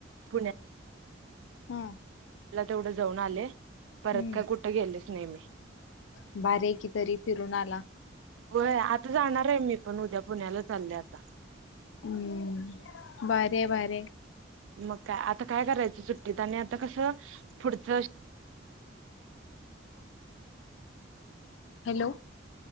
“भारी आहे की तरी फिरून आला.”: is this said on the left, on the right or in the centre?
Left